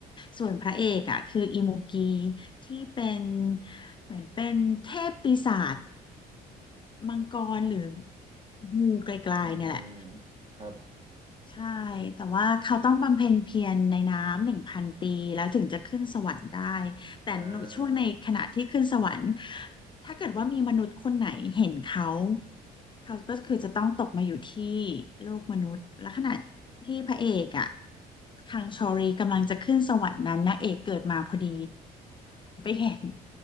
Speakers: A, on the left; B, on the right.
A: ส่วนพระเอกอ่ะคืออิมูกีที่เป็นเหมือนเป็นเทพปีศาจ มังกรหรืองูไกลๆเนี่ยแหละ
B: อืมครับ
A: ใช่แต่ว่าเขาต้องบำเพ็ญเพียรในน้ำหนึ่งพันปีแล้วถึงจะขึ้นสวรรค์ได้แต่ช่วงในขณะที่ขึ้นสวรรค์
B: อ่า
A: ถ้าเกิดว่ามีมนุษย์คนไหนเห็นเขาเขาก็คือจะต้องตกมาอยู่ที่โลกมนุษย์และขณะที่พระเอกอะคังชอรีกำลังจะขึ้นสวรรค์นั้นนางเอกเกิดมาพอดีเห็น